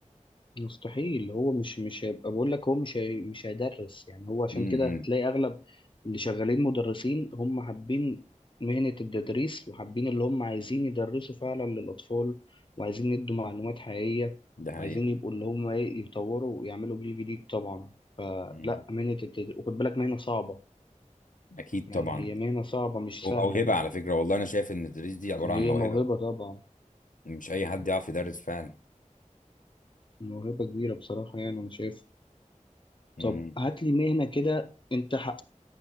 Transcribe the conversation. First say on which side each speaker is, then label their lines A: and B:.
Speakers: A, on the left; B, on the left.
A: مستحيل هو مش مش هيبقى بقول لك هو مش هي مش هيدرس يعني هو عشان
B: امم
A: كده هتلاقي اغلب اللي شغالين مدرسين هم حابين مهنة التدريس وحابين اللي هم عايزين يدرسوا فعلا للأطفال وعايزين يدوا معلومات حقيقية
B: ده حقيقة
A: وعايزين يبقوا اللي هم ايه يطوروا ويعملوا جيل جديد طبعا فلا
B: امم
A: مهنة التدريس وخد بالك مهنة صعبة
B: اكيد
A: يعني
B: طبعا
A: هي مهنة صعبة مش
B: وموهبة
A: سهلة
B: على فكرة والله أنا شايف إن التدريس دي عبارة
A: هي
B: عن موهبة
A: موهبة طبعا
B: مش أي حد يعرف يدرس فعلا
A: موهبة كبيرة بصراحة يعني أنا شايف
B: مم.
A: طب هات لي مهنة كده أنت ح...